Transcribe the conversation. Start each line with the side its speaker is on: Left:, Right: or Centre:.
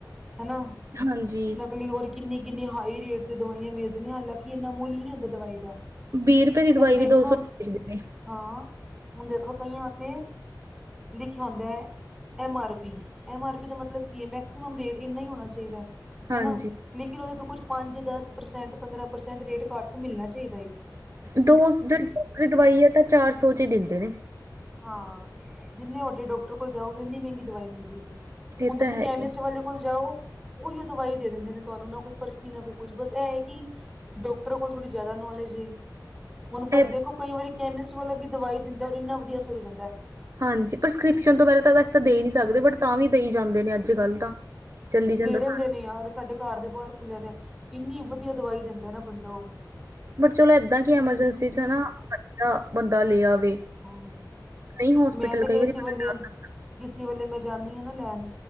Centre: ਹਨਾ,
Right: ਹਾਂਜੀ
Centre: ਨਕਲੀ ਹੋਰ ਕਿੰਨੀ-ਕਿੰਨੀ ਹਾਈ ਰੇਟ ਤੇ ਦਵਾਈਆਂ ਵੇਚਦੇ ਹਾਲਾਂਕਿ ਇੰਨਾ ਮੁੱਲ ਨੀ ਹੁੰਦਾ ਦਵਾਈ ਦਾ।
Right: ਵੀਹ ਰੁਪਏ ਦੀ ਦਵਾਈ
Centre: ਹੁਣ ਦੇਖੋ
Right: ਵੀ, ਦੋ ਸੌ ਵੇਚਦੇ ਨੇ।
Centre: ਹਾਂ। ਹੁਣ ਦੇਖੋ ਕਈਆਂ ਤੇ ਲਿਖਿਆ ਹੁੰਦਾ ਐ M R P -M R P ਦਾ ਮਤਲਬ ਕੀ ਹੈ? ਮੈਕਸੀਮਮ ਰੇਟ ਇੰਨਾ ਹੀ ਹੋਣਾ ਚਾਹੀਦਾ
Right: ਹਾਂਜੀ
Centre: ਹਨਾਂ। ਲੇਕਿਨ ਉਹਦੇ ਤੋਂ ਕੁਛ ਪੰਜ -ਦਸ ਪ੍ਰਸੈਂਟ, ਪੰਦਰਾਂ ਪ੍ਰਸੈਂਟ ਰੇਟ ਘੱਟ ਮਿਲਣਾ ਚਾਹੀਦਾ ਹੈ।
Right: ਦੋ ਜ ਦੋਰੀ ਦਵਾਈ ਏ, ਇਹ ਤਾਂ ਚਾਰ ਸੌ ਚ ਹੀ ਦਿੰਦੇ ਨੇ।
Centre: ਹਾਂ ਜਿੰਨੇ ਵੱਡੇ ਡਾਕਟਰ ਕੋਲ ਜਾਓਗੇ, ਓਨੀ ਮਹਿੰਗੀ ਦਵਾਈ ਮਿਲਦੀ ਏ।
Right: ਇਹ
Centre: ਹੁਣ ਤੁਸੀਂ
Right: ਤਾਂ ਹੈ
Centre: ਕੈਮਿਸਟ
Right: ਹੀ ਹੈ।
Centre: ਵਾਲੇ ਕੋਲ ਜਾਓ ਉਹੀਓ ਦਵਾਈ ਦੇ ਦਿੰਦੇ ਨੇ ਤੁਹਾਨੂੰ, ਨਾ ਕੋਈ ਪਰਚੀ, ਨਾ ਕੋਈ ਕੁਛ, ਬਸ ਇਹ ਹੈ ਕਿ ਡਾਕਟਰ ਕੋਲ ਥੋੜੀ ਜ਼ਿਆਦਾ ਨੌਲੇਜ ਏ ਹੁਣ ਪਰ
Right: ਏਦਾਂ
Centre: ਦੇਖੋ ਕਈ ਵਾਰੀ ਕੈਮਿਸਟ ਵਾਲਾ ਵੀ ਦਵਾਈ ਦਿੰਦਾ ਰ ਇੰਨਾ ਵਧੀਆ ਅਸਰ ਹੋ ਜਾਂਦਾ।
Right: ਹਾਂਜੀ ਪ੍ਰਸਕ੍ਰਿਪਸ਼ਨ ਵਗੈਰਾ ਤਾਂ ਵੈਸ ਤਾਂ ਦੇ ਹੀ ਨਹੀਂ ਸਕਦੇ, ਬਟ ਤਾਂ ਵੀ ਦੇਈ ਜਾਂਦੇ ਨੇ ਅੱਜ -ਕੱਲ੍ਹ ਤਾਂ। ਚੱਲੀ ਜਾਂਦਾ
Centre: ਦੇ ਦਿੰਦੇ
Right: ਸਾਰਾ
Centre: ਨੇ ਯਾਰ, ਸਾਡੇ ਘਰ ਦੇ ਬਾਹਰ ਖੁੱਲਿਆ ਦੇ, ਇੰਨੀ ਵਧੀਆ ਦਵਾਈ ਦਿੰਦਾ ਨਾ ਬੰਦਾ ਓ।
Right: ਬਟ ਚਲੋ ਏਦਾਂ ਕਿ ਐਮਰਜੈਂਸੀ ਚ ਹਨਾ ਵ ਬੰਦਾ ਲੈ ਆਵੇ।
Centre: ਹੂੰ,
Right: ਨਹੀਂ ਹੋਸਪਿਟਲ
Centre: ਮੈਂ ਤੇ
Right: ਕਈ
Centre: ਕਿਸੇ
Right: ਵਾਰੀ ਬੰਦਾ
Centre: ਵੇਲੇ,
Right: ਜਾ
Centre: ਬੱਚੇ ਕਿਸੇ ਵੇਲੇ ਮੈਂ ਜਾਂਨੀ ਹਾਂ ਨਾ ਲੈਣ